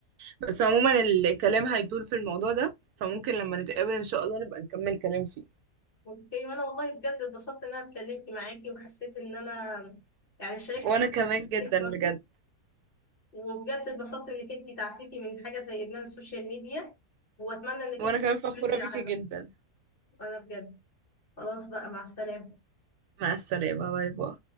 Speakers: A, on the right; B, on the left.
A: بس عموما الكلام هيطول في الموضوع ده فممكن لما نتقابل إن شاء الله نبقى نكمل كلام فيه
B: اوكي وانا والله بجد اتبسطت ان انا اتكلمت معاكي وحسيت ان انا يعني شاركت
A: وأنا
B: حاجات
A: كمان جدا
B: كتير برضه
A: بجد
B: وبجد اتبسطت انك انتي تعافيتي من حاجة زي ادمان السوشيال ميديا واتمنى انك
A: وأنا
B: انتي
A: كمان فخورة
B: تستمري
A: بيكي
B: على
A: جدا
B: ده انا بجد خلاص بقى مع السلامة
A: مع السلامة باي باي